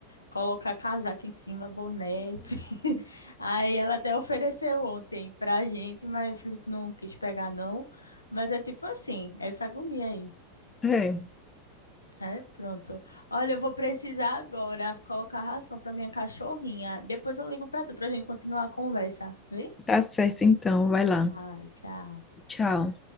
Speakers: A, on the left; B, on the left.
A: colocar casaco em cima, boné. <laughs> Aí ela até ofereceu ontem pra gente, mas o Felipe não quis pegar, não. Mas é tipo assim, essa agonia aí.
B: é,
A: É, pronto. Olha, eu vou precisar agora colocar ração pra minha cachorrinha. Depois eu ligo pra tu pra gente continuar a conversa, viu?
B: tá certo então, vai lá.
A: Ai, tchau.
B: Tchau.